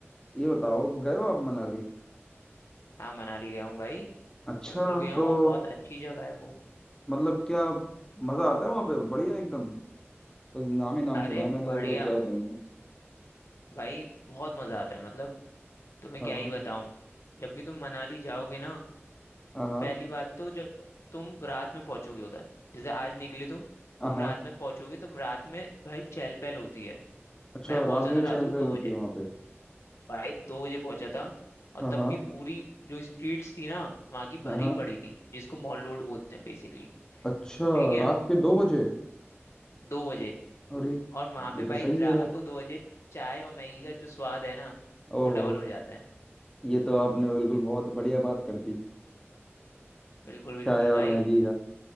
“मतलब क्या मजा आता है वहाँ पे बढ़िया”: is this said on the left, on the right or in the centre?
Left